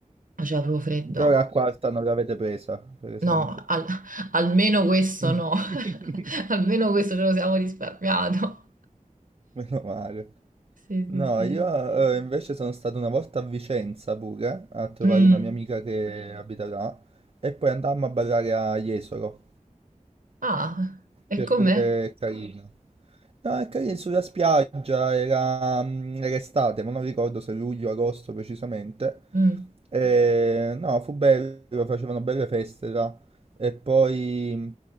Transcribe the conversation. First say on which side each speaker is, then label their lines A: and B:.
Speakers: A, on the right (about 85°); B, on the right (about 45°).
A: faceva proprio freddo.
B: Però l'acqua alta non l'avete presa, per esempio.
A: No, al- almeno questo
B: <laughs>
A: no, <laughs> almeno questo ce lo siamo risparmiato. <laughs>
B: Meno male.
A: Sì, sì,
B: No,
A: sì.
B: io eh, invece sono stato una volta a Vicenza pure a trovare
A: Mm.
B: una mia amica che abita là e poi andammo a ballare a Jesolo,
A: Ah, e
B: che
A: com'è?
B: è pure carino. No, è carino sulla spiaggia, era, mm, era estate, ma non ricordo se luglio o agosto precisamente.
A: Mm,
B: E, no, fu bello, facevano belle feste là. E poi mm,